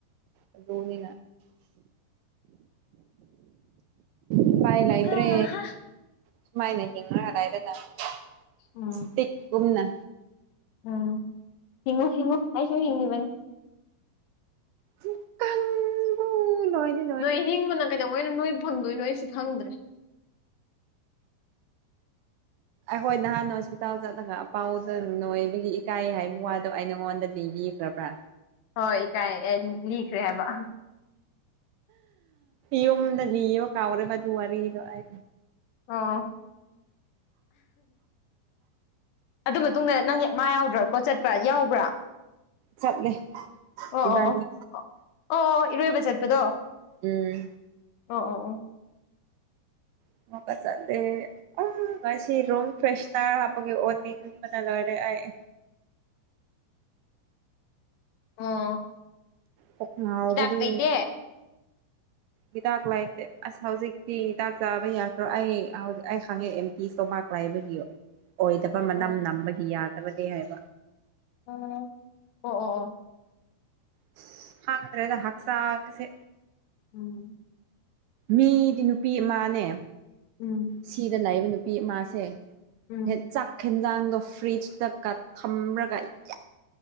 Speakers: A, on the right; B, on the left.
A: ꯑꯗꯨꯅꯤꯅ ꯎꯄꯥꯏ ꯂꯩꯇ꯭ꯔꯦ
B: ꯍꯥ ꯍꯥ
A: ꯁꯨꯃꯥꯏꯅ ꯍꯤꯡꯔꯒ ꯂꯩꯔꯗꯕꯅꯤ
B: ꯎꯝ
A: ꯏꯁꯄꯤꯡ ꯒꯨꯝꯅ
B: ꯎꯝ ꯍꯤꯉꯨ ꯍꯤꯉꯨ ꯑꯩꯁꯨ ꯍꯤꯡꯉꯤꯕꯅꯤ
A: ꯗꯨ ꯀꯪꯕꯨ ꯂꯣꯏꯔꯦ
B: ꯅꯣꯏ ꯅꯤꯡꯕꯅ ꯀꯩꯗꯧꯉꯩꯅꯣ ꯅꯣꯏ ꯐꯪꯗꯣꯏꯅꯣ ꯑꯩꯁꯨ ꯈꯪꯗ꯭ꯔꯦ
A: ꯑꯩꯈꯣꯏ ꯅꯍꯥꯟ ꯍꯣꯁꯄꯤꯇꯥꯜ ꯆꯠꯂꯒ ꯑꯄꯥꯎꯗ ꯅꯣꯏꯕꯒꯤ ꯏꯀꯥꯏ ꯍꯥꯏꯕ ꯋꯥꯗꯣ ꯑꯩ ꯅꯉꯣꯟꯗ ꯂꯤꯕꯤꯈ꯭ꯔ ꯕ꯭ꯔꯥ
B: ꯍꯣꯏ ꯇꯥꯏ ꯑ ꯂꯤꯈꯔꯦ ꯍꯥꯏꯕ
A: ꯌꯨꯝꯗ ꯂꯤꯕ ꯀꯥꯎꯔꯕ ꯑꯗꯨ ꯋꯥꯔꯤꯗꯣ ꯑꯩ
B: ꯑꯣ ꯑꯗꯨ ꯃꯇꯨꯡꯗ ꯅꯪꯒꯤ ꯃꯥ ꯌꯥꯎꯗ꯭ꯔꯥ ꯀꯣ ꯆꯠꯄ ꯌꯥꯎꯕ꯭ꯔꯥ
A: ꯆꯠꯂꯦ
B: ꯑꯣ
A: ꯏꯕꯥꯅꯤ
B: ꯑꯣ ꯑꯣ ꯑꯣ ꯑꯣ ꯏꯔꯣꯏꯕ ꯆꯠꯄꯗꯣ
A: ꯎꯝ
B: ꯑꯣ ꯑꯣ ꯑꯣ
A: <unintelligible> ꯑ ꯉꯁꯤ ꯔꯨꯝ ꯐ꯭ꯔꯦꯁꯅꯔ ꯍꯥꯞꯄꯒꯤ ꯑꯣꯅꯤꯡꯕꯅ ꯂꯣꯏꯔꯦ ꯑꯩ
B: ꯑꯣ
A: ꯀꯣꯛ ꯉꯥꯎꯕꯗꯨ
B: ꯍꯤꯗꯥꯛ ꯂꯩꯇꯦ
A: ꯍꯤꯗꯥꯛ ꯂꯥꯏꯇꯦ ꯑꯁ ꯍꯧꯖꯤꯛꯇꯤ ꯍꯤꯗꯥꯛ ꯆꯥꯕ ꯌꯥꯗ꯭ꯔꯣ ꯑꯩ ꯑꯩ ꯈꯪꯉꯛꯑꯦ ꯇꯤ ꯁꯇ꯭ꯣꯃꯥꯛ ꯂꯥꯏꯕꯒꯤ ꯑꯣꯏꯗꯕ ꯃꯅꯝ
B: ꯑꯣ
A: ꯅꯝꯕꯒꯤ ꯌꯥꯗꯕꯅꯦ ꯍꯥꯏꯕ
B: ꯑ ꯑꯣ ꯑꯣ ꯑꯣ
A: ꯑꯁ ꯈꯪꯗ꯭ꯔꯦꯗ ꯍꯛꯆꯥꯡꯒꯁꯦ
B: ꯎꯝ
A: ꯃꯤꯗꯤ ꯅꯨꯄꯤ ꯑꯃꯥꯅꯦ
B: ꯎꯝ
A: ꯁꯤꯗ ꯂꯩꯕ ꯅꯨꯄꯤ ꯑꯃꯁꯦ
B: ꯎꯝ
A: ꯍꯦꯛ ꯆꯥꯛ ꯍꯦꯟꯖꯥꯡꯗꯣ ꯐ꯭ꯔꯤꯖꯇꯒ ꯊꯝꯔꯒ ꯌꯥ